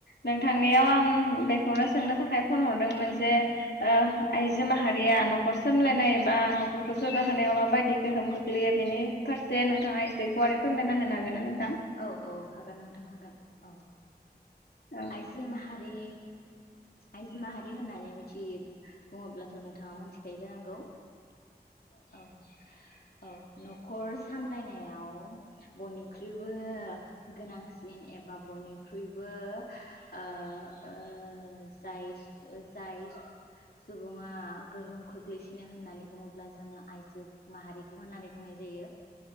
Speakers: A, on the left (about 80°); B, on the left (about 65°).
A: नोंथांनियाव आं बेखौनो सोंनो थाखाय फन हरदोंमोन जे ओ आइजो माहारिया न' खर सामलायनाय एबा न'खरखौ जौगाहोनायाव माबायदि गोहोम खोग्लैयो बेनि फारसे नोंथाङा एसे गुवारै फोरमायना होनो हागोन ना नोंथां
B: औ औ हागोन नोंथां हागोन औ
A: औ
B: आइजो माहारि आइजो माहारि होननानै मिथि बुङोब्लाथ' नोंथाङा मोनथिखायो जानांगौ औ औ न'खर सामलायनायाव बयनिख्रुइ बो गोनांसिन एबा बयनिख्रुइबो ओ ओ जाय जाय सुबुङा गोहोम खोख्लैसिनो होननानै बुङोब्ला जोङो आइजो माहारिखौ होननानै बुंनाय जायो।